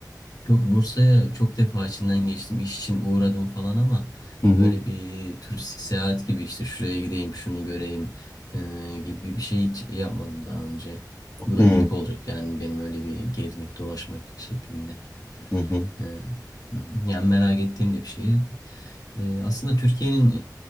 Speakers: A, on the left (about 60°); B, on the left (about 30°).
A: Yok Bursa'ya çok defa içinden geçtim. iş için uğradım falan ama
B: Hı hı.
A: böyle bir turistik seyahat gibi işte şuraya gideyim, şunu göreyim e, gibi bir şey hiç yapmadım daha önce. Bu
B: Hı
A: da ilk olacak yani benim öyle bir gezmek, dolaşmak şeklinde.
B: hı. hı.
A: He. Hı hı. Yani merak ettiğim de bir şehir. Ee, aslında Türkiye'nin